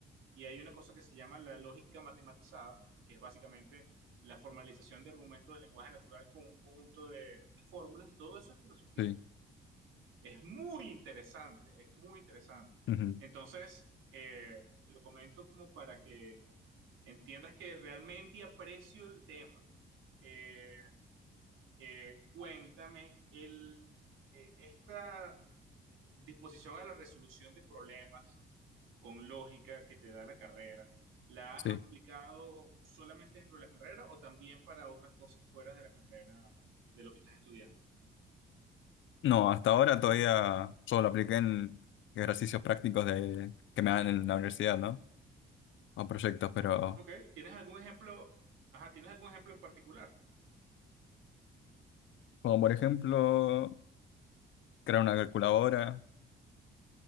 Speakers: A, on the right; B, on the left.
A: y hay una cosa que se llama la lógica matematizada, que es básicamente la formalización de argumentos del lenguaje natural con un conjunto de fórmulas y todo eso es filosofía.
B: Sí,
A: Es muy interesante, es muy interesante.
B: ujú,
A: Entonces, eh, te lo comento como para que entiendas que realmente aprecio el tema. Eh, eh, cuéntame, el, eh, esta disposición a la resolución de problemas con lógica que te da la carrera, ¿la
B: sí.
A: has aplicado solamente dentro de la carrera o también para otras cosas fuera de la carrera de lo que estás estudiando?
B: No, hasta ahora todavía solo apliqué en ejercicios prácticos de, que me dan en la universidad, ¿no? O proyectos, pero
A: Ok, ¿tienes algún ejemplo? Ajá, ¿tienes algún ejemplo en particular?
B: como por ejemplo crear una calculadora